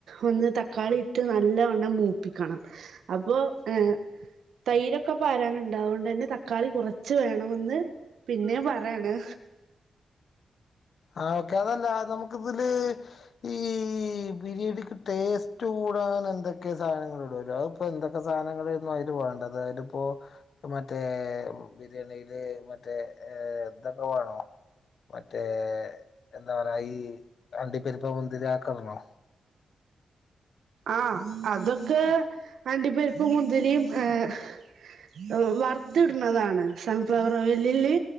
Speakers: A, on the right (about 90°); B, on the left (about 55°).
A: ഒന്ന് തക്കാളിട്ട് നല്ലവണ്ണം മൂപ്പിക്കണം അപ്പൊ ഏ തൈരൊക്കെ പാരാനുണ്ട് അതുകൊണ്ട് തന്നെ തക്കാളി കുറച്ച് വേണമെന്ന് പിന്നെ പറയാണ്
B: ആ ഓക്കെ അതല്ല നമുക്ക് ഇതില് ഈ ബിരിയാണിക്ക് ടേസ്റ്റ് കൂ കൂടാൻ എന്തൊക്കെ സാധനങ്ങൾ ഇടുല്ലോ അതി ഇപ്പോ എന്തൊക്കെ സാനങ്ങള്‍ അതിന് വേണ്ടത് അതിപ്പോ മറ്റേ ബിരിയാണിയില് മറ്റേ എന്തൊക്കെ വേണോ മറ്റേ എന്താ പറയാ ഈ അണ്ടിപ്പരിപ്പ് മുന്തിരി അക്കെ ഇടണോ
A: ആഹ് അതൊക്കെ അണ്ടി പരിപ്പും മുന്തിരിയും <unintelligible> വറുത്തിടുന്നതാണ് സൺഫ്ലവർ ഓയിലില്